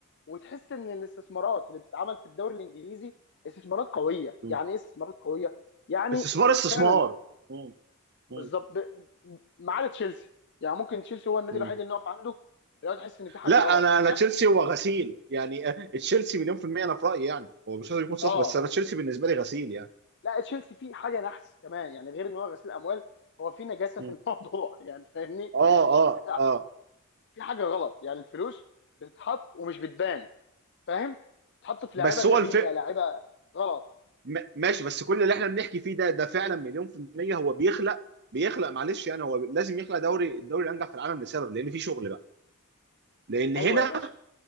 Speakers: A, on the left; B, on the right.
A: وتحس ان الاستثمارات اللي بتتعمل في الدوري الانجليزي استثمارات قويه
B: مم.
A: يعني ايه استثمارات قويه يعني
B: استثمار استثمار
A: فعلا بالظبط
B: مم.
A: ب- ما عدا تشيلسي يعني ممكن تشيلسي هو النادي
B: مم.
A: الوحيد اللي نقف عنده لو تحس ان في حاجه
B: لا
A: غلط
B: انا انا
A: <laughs>
B: تشيلسي هو غسيل يعني آه، تشيلسي مليون في المية انا في رأيي يعني هو مش لازم يكون صح
A: اه
B: بس انا تشيلسي بالنسبة لي غسيل يعني
A: لا تشيلسي فيه حاجه نحس كمان يعني غير ان هو غسيل اموال هو في نجاسه
B: مم.
A: في الموضوع <laughs> يعني فاهمني
B: اه اه
A: يعني في
B: اه
A: في حاجه غلط يعني الفلوس بتتحط ومش بتبان فاهم بتتحط في
B: بس
A: لعيبه غبيه
B: هو الف
A: لعيبه غلط
B: م- ماشي بس كل اللي احنا بنحكي فيه ده ده فعلا مليون في المية هو بيخلق بيخلق معلش يعني هو لازم يخلق دوري الدوري الانجح في العالم لسبب لان في شغل بقى لان
A: ايوه
B: هنا
A: يا باشا